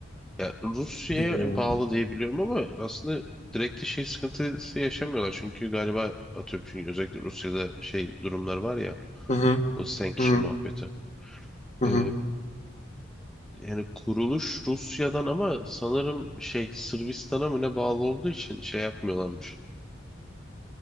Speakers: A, in the centre; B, on the left (about 35°).
A: Ya Rusya'ya
B: Hmm.
A: bağlı diye biliyorum ama aslında direkt de şey sıkıntısı yaşamıyorlar. Çünkü galiba atıyorum çünkü özellikle Rusya'da şey durumlar var ya
B: Hı hı,
A: o sanction
B: hı hı,
A: muhabbeti.
B: hı
A: Ee,
B: hı.
A: yani kuruluş Rusya'dan ama sanırım şey Sırbistan'a mı ne bağlı olduğu için şey yapmıyorlarmış.